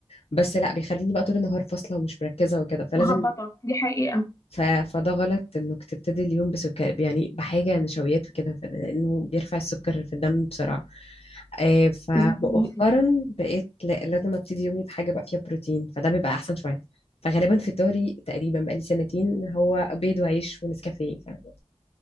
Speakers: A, on the left; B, on the left.
A: بس لا بيخليني بقى طول النهار فاصله ومش مركزه وكده فلازم
B: مهبطة دي حقيقة
A: ف... فده غلط انك تبتدي اليوم بسكر يعني بحاجة نشويات وكده ف- لانه بيرفع السكر في الدم بسرعة آه، فمؤخرا
B: دي حقيقة
A: بقيت لا- لازم ابتدي يومي بحاجة بقى فيها بروتين فده بيبقى احسن شوية فغالبا فطاري تقريبا بقالي سنتين هو بيض وعيش ونسكافيه ف-